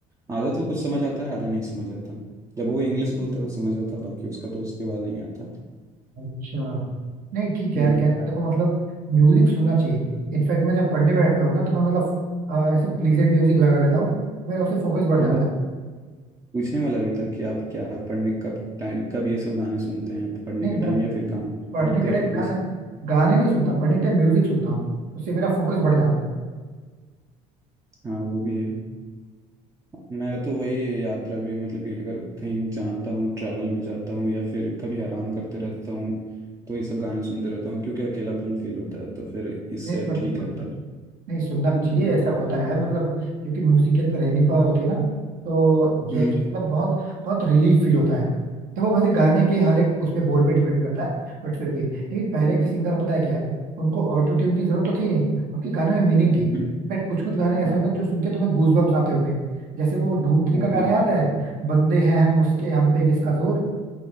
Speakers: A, on the right; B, on the right.
A: आधा तो कुछ समझ आता है आधा नहीं समझ आता जब वो इंग्लिश बोलता है तो समझ आता बाकी उसका तो उसके बाद नहीं आता
B: अच्छा नहीं ठीक है
A: हम्म
B: यार कहना देखो मतलब म्यूजिक सुनना चाहिए इनफैक्ट मैं जब पढ़ने बैठता हूँ ना तो मैं मतलब अ, ऐसे प्लीजेंट म्यूजिक लगा लेता हूँ मेरा उससे फोकस बढ़ जाता
A: हाँ
B: है
A: पूछने वाला भी था कि आप क्या पढ़ने कब टाइम कब ये सब गाने सुनते हैं पढ़ने
B: नहीं
A: के टाइम
B: मैं
A: या फिर काम करते
B: पढ़ने
A: वक्त
B: के
A: या
B: टाइम
A: फिर कोई
B: गाने गाने नहीं सुनता पढ़ने के टाइम म्यूजिक सुनता हूँ उससे मेरा फोकस बढ़ जाता है
A: हाँ वो भी है मैं तो वही यात्रा में मतलब कि अगर कहीं जाता हूँ ट्रैवल में जाता हूँ या फिर कभी आराम करते रहता हूँ तो ये सब गाने सुनते रहता हूँ क्योंकि अकेलापन फील होता है तो फिर इससे
B: नहीं नहीं
A: ठीक लगता है
B: नहीं सुनना भी चाहिए
A: हम्म,
B: ऐसा होता है मतलब क्योंकि म्यूजिक के अंदर हीलिंग पावर होती है ना तो ये
A: हम्म,
B: है कि मतलब बहुत बहुत रिलीफ फील होता है देखो वैसे गाने के हर एक उस पे बोल पे डिपेंड करता है बट फिर भी लेकिन पहले के सिंगर पता है क्या है उनको ऑटो ट्यून की जरूरत तो थी नहीं उनके गाने में मीनिंग थी
A: हम्म,
B: बट कुछ कुछ गाने ऐसे
A: हाँ,
B: होंगे जो सुन के तुम्हें गूज बम्स आते होंगे जैसे वो धूम थ्री
A: और
B: का गाना
A: ये-
B: आता है बंदे हैं हम उसके हम पे किसका जोर